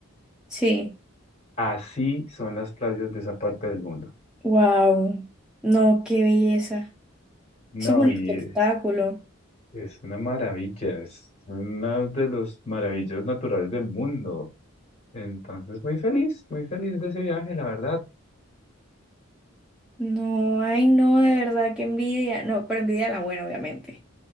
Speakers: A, in the centre; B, on the left.
A: Sí.
B: Así son las playas de esa parte del mundo.
A: Wow. No, qué belleza.
B: No,
A: Eso es un
B: y
A: espectáculo.
B: es, es una maravilla, es una de las maravillas naturales del mundo. Entonces, muy feliz, muy feliz de ese viaje, la verdad.
A: No, ay, no, de verdad, qué envidia. No, pero envidia la buena, obviamente.